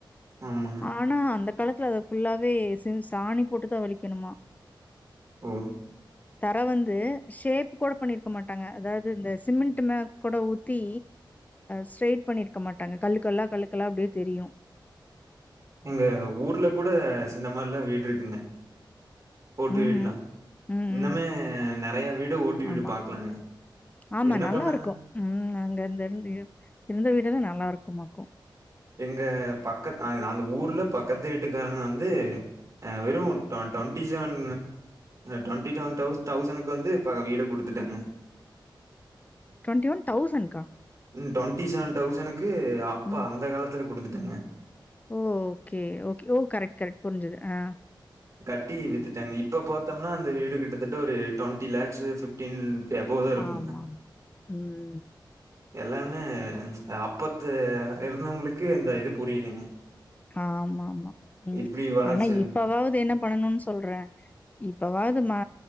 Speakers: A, on the right; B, on the left.
A: ஆமாங்
B: ஆனா அந்த காலத்துல அத ஃபுல்லாவே சி சாணி போட்டுதா வழிக்கணுமா
A: ஒன்
B: தர வந்து ஷேப் கூட பண்ணிருக்க மாட்டாங்க அதாவ்து இந்த சிமெண்ட் மே கூட ஊத்தி ஸ்ட்ரெய்ட் பண்ணிருக்க மாட்டாங்க கல்லுக்கல்லா கல்லுக்கல்லா அப்டியே தெரியு
A: எங்க ஊர்ல கூட சிந்த மாரிலா வீடு இருக்குங்க ஓட்டு
B: ம்
A: வீடுலா
B: ம் ம்
A: இன்னமே
B: ம்
A: நெறைய வீடு ஓட்டு வீடு
B: ஆமா
A: பாக்கலாங்க
B: ஆமா
A: என்ன
B: நல்லா
A: பண்ண
B: இருக்கு ம் அங்க இருந்து இருந்து உங்க வீடல்லா நல்லா இருக்கும்மாக்கு
A: எங்க பக்கத்து அந்த ஊர்ல பக்கத்து வீட்டுக்காரங்க வந்து வெறும் twenty seven twenty two one தௌசனுக்கு வந்து இப்ப வீட கொடுத்துட்டாங்க
B: டுவெண்டி ஒன் தௌசண்ட்கா
A: டுவெண்ட்டி செவன் தௌசண்டக்கு அப்ப
B: ம்.
A: அந்த காலத்துல கொடுத்துட்டேங்க
B: ஓ ஓகே ஓகே ஓ கரெக்ட் கரெக்ட் புரிஞ்சுது ஆ
A: கட்டி வித்துட்டாங்க இப்ப பாத்தோம்னா அந்த வீடு கிட்டத்தட்ட ஒரு டுவென்டி லேக்ஸு ஃபிஃப்டீன் அபோவே இருக்கு
B: ஆமாமா. ம்.
A: எல்லாமே அப்பத்து இருந்தவங்களுக்கு இந்த இது புரியலைங்க
B: ஆமா ஆமா ம்
A: இப்டி வளர்ச்சி
B: ஆனா இப்பாவாது என்ன பண்ணணு சொல்றே இப்பவாது நா